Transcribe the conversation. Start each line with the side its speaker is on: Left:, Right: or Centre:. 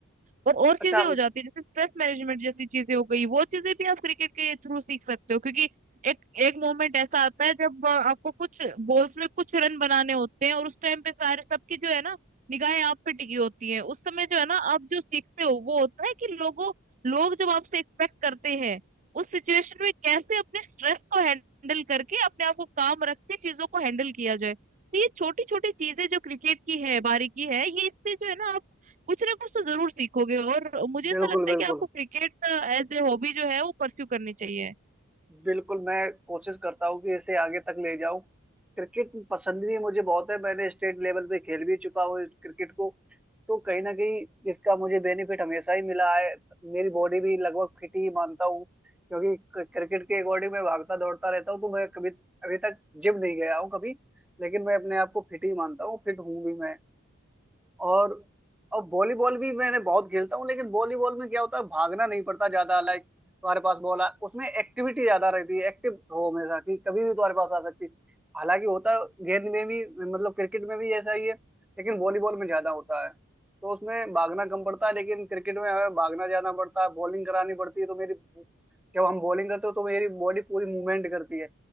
Right: और और
Centre: अच्छा
Right: चीजें हो जाती है जैसे स्ट्रेस मैनेजमेंट जैसी चीजें हो गई वो चीजें भी आप क्रिकेट के थ्रू सीख सकते हो क्योंकि एक एक मोमेंट ऐसा आता है जब अ, आपको कुछ बॉल्स में कुछ रन बनाने होते हैं और उस टाइम पे सारे सबकी जो है ना निगाहें आप पे टिकी होती हैं उस समय जो है ना आप जो सीखते हो वो होता है कि लोगों लोग जब आपसे एक्सपेक्ट करते हैं उस सिचुएशन में कैसे अपने स्ट्रेस को हैंडल करके अपने आप को काम रख के चीजों को हैंडल किया जाए तो ये छोटी छोटी चीजें जो क्रिकेट की है बारीकी है ये इससे जो है ना आप कुछ ना कुछ तो जरूर सीखोगे और मुझे ऐसा
Centre: बिल्कुल
Right: लगता है
Centre: बिल्कुल
Right: कि आपको क्रिकेट एज ए हॉबी जो है वो परस्यू करनी चाहिए
Centre: बिल्कुल मैं कोशिश करता हूँ कि इसे आगे तक ले जाऊं क्रिकेट पसंद भी मुझे बहुत है मैंने स्टेट लेवल पे खेल भी चुका हूँ क्रिकेट को तो कहीं ना कहीं इसका मुझे बेनिफिट हमेशा ही मिला है मेरी बॉडी भी लगभग फिट ही मानता हूँ क्योंकि क- क्रिकेट के अकॉर्डिंग मैं भागता दौड़ता रहता हूँ तो मैं कभी अभी तक जिम नहीं गया हूँ कभी लेकिन मैं अपने आप को फिट ही मानता हूँ फिट हूँ भी मैं और और वॉलीबॉल भी मैंने बहुत खेलता हूँ लेकिन वॉलीबॉल में क्या होता है भागना नहीं पड़ता ज्यादा लाइक तुम्हारे पास बॉल आ उसमें एक्टिविटी ज्यादा रहती है एक्टिव रहो हमेशा कि कभी भी तुम्हारे पास आ सकती है। हालांकि होता है गेंद में भी मतलब क्रिकेट में भी ऐसा ही है लेकिन वॉलीबॉल में ज्यादा होता है तो उसमें भागना कम पड़ता है लेकिन क्रिकेट में हमें भागना जाना पड़ता है बॉलिंग करानी पड़ती है तो मेरी जब हम बॉलिंग करते हो तो मेरी बॉडी पूरी मूवमेंट करती है